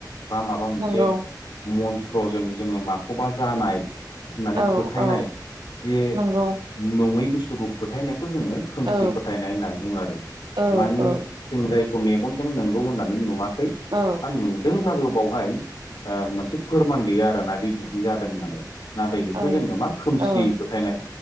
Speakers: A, on the left (about 75°); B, on the right (about 75°).
A: बा माबा मोनसे
B: नंगौ
A: मन्त्रजों जोङो माखौबा जानाय होननानै
B: औ
A: फोथायनाय
B: औ
A: जे
B: नंगौ
A: नङै बुस्थुखौ फोथायनायखौ जोङो खोमसि
B: औ
A: फोथायनाय होनना बुङो आरो
B: औ
A: मानि
B: औ
A: जों जाय मेगनजों नंगौ होननानै नुवाखै
B: औ
A: बा नुदोंब्लाबो बावहाय आ मोनसे फोरमान गैया आरोना बे बिदि जादों होननानै नाथाय बेखौ
B: औ
A: जोङो मा खोमसि
B: औ
A: फोथायनाय